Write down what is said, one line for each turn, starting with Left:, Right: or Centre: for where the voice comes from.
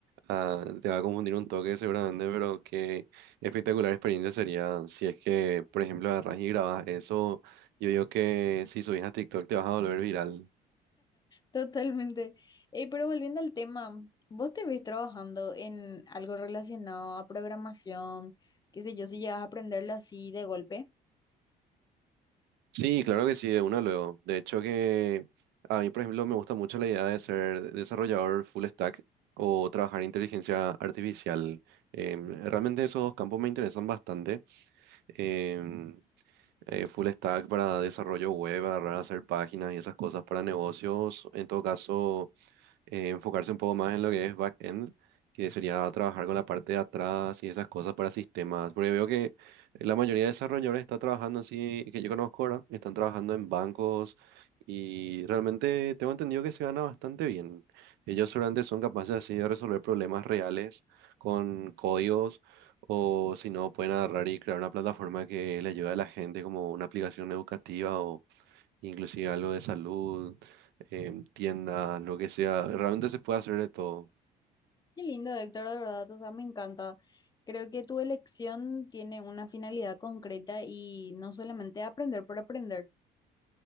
Right: ah, te va a confundir un toque seguramente, pero qué espectacular experiencia sería si es que, por ejemplo, agarras y grabas eso. Yo digo que si subís a TikTok te vas a volver viral.
Left: Totalmente. Eh, pero volviendo al tema, ¿vos te ves trabajando en algo relacionado a programación? Qué sé yo, si llegas a aprenderlo así de golpe.
Right: Sí, claro que sí, de una luego. De hecho que a mí, por ejemplo, me gusta mucho la idea de ser desarrollador full stack o trabajar en inteligencia artificial. Em, realmente esos dos campos me interesan bastante. Em, eh, full stack para desarrollo web, agarrar a hacer páginas y esas cosas para negocios. En todo caso eh, enfocarse un poco más en lo que es back end que sería trabajar con la parte de atrás y esas cosas para sistemas. Porque veo que la mayoría de desarrolladores está trabajando así, que yo conozco ahora, están trabajando en bancos y realmente tengo entendido que se gana bastante bien. Ellos seguramente son capaces así de resolver problemas reales con códigos o si no pueden agarrar y crear una plataforma que le ayude a la gente como una aplicación educativa inclusive algo de salud, em, tiendas, lo que sea, realmente se puede hacer de todo.
Left: Qué lindo, Héctor, de verdad, o sea, me encanta. Creo que tu elección tiene una finalidad concreta y no solamente aprender por aprender.